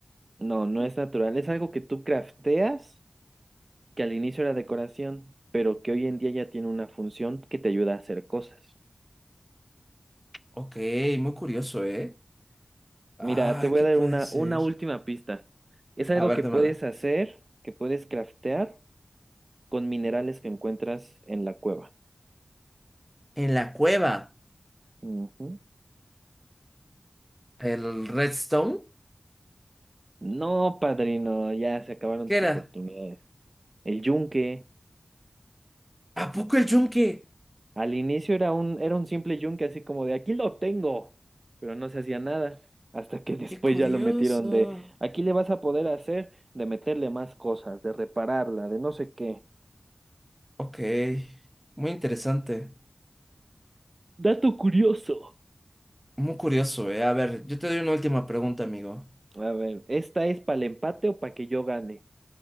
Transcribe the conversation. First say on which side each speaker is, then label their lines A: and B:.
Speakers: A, on the right; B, in the centre.
A: No, no es natural. Es algo que tú crafteas, que al inicio era decoración, pero que hoy en día ya tiene una función que te ayuda a hacer cosas.
B: Ok, muy curioso, ¿eh? Ah,
A: Mira, te voy
B: ¿qué
A: a dar
B: puede
A: una,
B: ser?
A: una última pista. Es algo
B: A ver,
A: que
B: dámela.
A: puedes hacer, que puedes craftear con minerales que encuentras en la cueva.
B: En la cueva,
A: Ujú.
B: el redstone,
A: No, padrino, ya se acabaron
B: ¿qué
A: tus
B: era?
A: oportunidades. El yunque,
B: ¿A poco el yunque?
A: al inicio era un, era un simple yunque, así como de aquí lo tengo, pero no se hacía nada, hasta que <laughs> después
B: Qué curioso.
A: ya lo metieron de aquí le vas a poder hacer, de meterle más cosas, de repararla, de no sé qué.
B: Ok, muy interesante.
A: Dato curioso.
B: Muy curioso, ¿eh? A ver, yo te doy una última pregunta, amigo.
A: A ver, ¿esta es para el empate o para que yo gane?